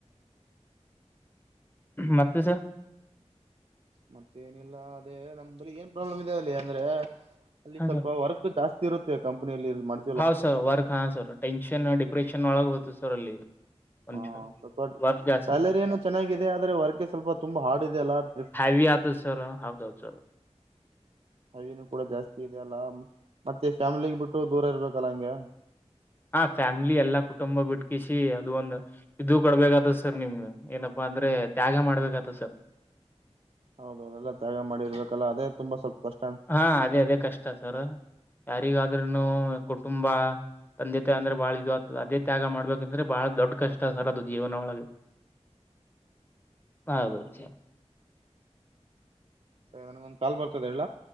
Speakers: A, on the left; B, on the right.
A: ಮತ್ತೆ ಸರ್
B: ಮತ್ತ ಏನಿಲ್ಲ ಅದೇ ನಮ್ದಲ್ಲಿ ಏನ್ ಪ್ರಾಬ್ಲಮ್ ಇದೆ ಅಲ್ಲಿ ಅಂದ್ರೆ ಅಲ್ಲಿ
A: ಹಾ
B: ಸ್ವಲ್ಪ
A: ಸರ್
B: ವರ್ಕ್ ಜಾಸ್ತಿ ಸ್ತ್ತಿರುತ್ತತೆ ಕಂಪನಿಯಲ್ಲಿ ಇದು ಮಾಡ್ತಿೀವಲ್ಲ
A: ಹಾ ಸರ್ ವರ್ಕ್ ಹಾ ಸರ್ ಟೆನ್ಷನ್ ಡಿಪ್ರೆಷನ್ ಒಳಗೆ ಹೋತು ಸರ್ ಅಲ್ಲಿ ಮನುಷ್ಯ
B: ಹಾ ಸ್ವಲ್ಪ
A: ವರ್ಕ್ ಜಾಸ್ತಿ
B: ಸ್ಯಾಲರಿ ಏನು ಚೆನ್ನಾಗಿದೆ ಆದ್ರೆ ವರ್ಕ್ ಸ್ವಲ್ಪ ತುಂಬಾ ಹಾರ್ಡ್ ಇದೆ ಅಲ್ಲನ್
A: ಫ್ರೀ ಆತ ಸರ್ ಹೌದು ಚ
B: ಹಿನ ಕೂಡ ಜಾಸ್ತಿ ಇದೆ ಅಲ್ಲ ಮತ್ತೆ ಚಫ್ಯಾಮ್ಲಿಗೆ ಬಿಟ್ಟು ದೂರ ಇರ್ಬೇಕಲ್ಲ ಹಂಗೆ
A: ಹಾ ಫ್ಯಾಮಿಲಿ ಎಲ್ಲಾ ಕುಟುಂಬ ಬಿಟ್ಕಿಸಿ ಅದು ಒಂದ್ ಇದು ಕೊಡ್ಬೇಕೇತದ ಸರ್ ನಿಮ್ ಏನಪ್ಪಾ ಅಂದ್ರೆ ತ್ಯಾಗ ಮಾಡ್ಬೇಕತ ಸರ್
B: ಹೌದೌದುದೆಲ್ಲ ತ್ಯಾಗ ಮಾಡಿರ್ಬೇಕಲ್ಲ ಅದೇ ತುಂಬಾ ಸ್ವಲ್ಪ ಕಷ್ಟ
A: ಹಾ ಅದೇ ಅದೇ ಕಷ್ಟ ಸರ್ ಯಾರಿಗಾದ್ೂನು ಕುಟುಂಬ ತಂದೆ ತಾಯಿ ಅಂದ್ರೆ ಬಾಳ ಇದು ಆತದ ಅದೇ ತ್ಯಾಗ ಮಾಡ್ಬೇಕಂದ್ರೆ ಬಹಳ ದೊಡ್ಡ ಕಷ್ಟ ಸರ್ ಅದು ಜೀವನ ಒಳಗೆ ಹೌದಹೌದು
B: ಸರಿ ನನ್ಗೊಂದ ಕಾಲ್ ಬರ್ತದೆ ಹೇಳ್